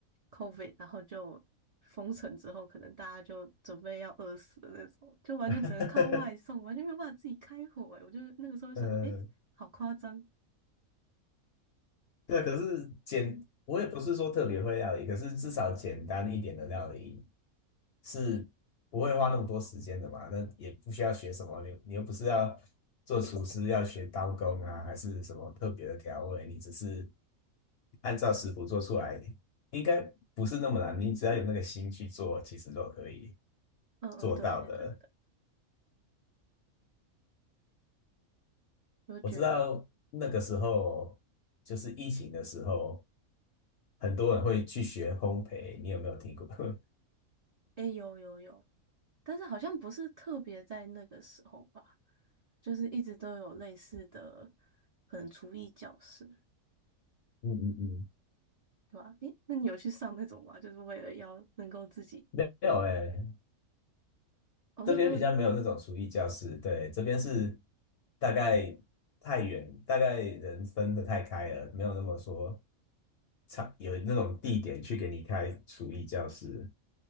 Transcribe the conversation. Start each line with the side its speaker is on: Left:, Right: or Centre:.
Right: COVID，然后就封城之后，可能大家就准备要饿死的那种，就完全只能靠外送，
Left: <laughs>
Right: 完全没有办法自己开火、欸。我就那个时候想说，
Left: 呃，
Right: 诶，好夸张。
Left: 对，可是简，我也不是说特别会料理，可是至少简单一点的料理是不会花那么多时间的嘛。那也不需要学什么，你你又不是要做厨师，要学刀工啊，还是什么特别的调味，你只是按照食谱做出来，应该不是那么难。你只要有那个心去做，其实都可以
Right: 嗯嗯，
Left: 做到的。
Right: 对，真的，我就觉得，
Left: 我知道那个时候就是疫情的时候，很多人会去学烘焙，你有没有听过？<laughs>
Right: 诶，有有有，但是好像不是特别在那个时候吧，就是一直都有类似的，可能厨艺教室，
Left: 嗯嗯嗯，
Right: 对吧？诶，那你有去上那种吗？就是为了要能够自己，
Left: 没没有哎、
Right: 哦，
Left: 这边比较没有那种厨艺教室，
Right: 对，都，
Left: 对，这边是大概太远，大概人分的太开了，没有那么说场有那种地点去给你开厨艺教室，